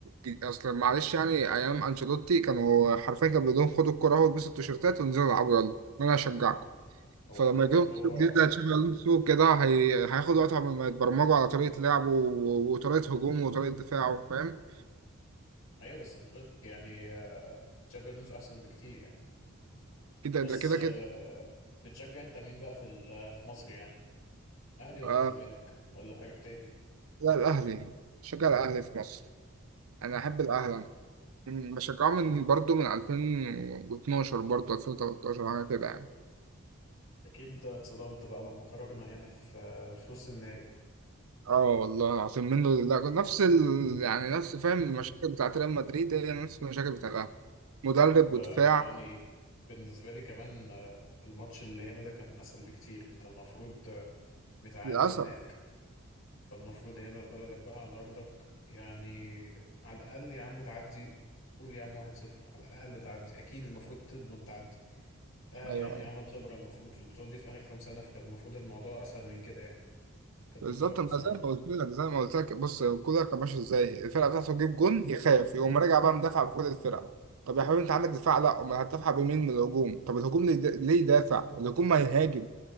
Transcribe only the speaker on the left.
هو
بالظبط
هو
أيوه بس أنشيلوتي يعني آه، تشابي ألونسو أحسن بكتير يعني
بس
آه،
بتشجع أنت مين بقى في ال- في مصر يعني اهلي ولا
الزمالك ولا فريق تاني
اكيد اتصدمت بقى لما خرجنا هنا في في نص النهائي
ده
يعني بالنسبه لي كمان آه، الماتش اللي هنا ده كان اسهل بكتير انت المفروض آه، متعادل
هناك فالمفروض هنا في بلدك بقى على ارضك يعني على الاقل يا عم تعدي قول يا عم 1-0 على الاقل تعدي اكيد المفروض تضمن تعدي الاهلي
يعني عمل خبره المفروض في البطوله دي في اخر كام سنه فكان المفروض الموضوع اسهل من كده يعني كانت
مفاجاه بصراحه